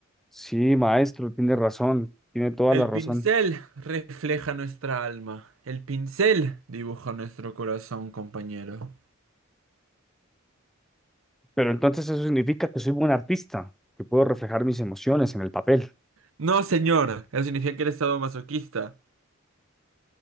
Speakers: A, in the centre; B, on the right (about 75°).
A: sí, maestro, tiene razón, tiene toda
B: El
A: la razón.
B: pincel refleja nuestra alma. El pincel dibuja nuestro corazón, compañero.
A: Pero entonces eso significa que soy buen artista, que puedo reflejar mis emociones en el papel.
B: No, señor. Eso significa que eres masoquista.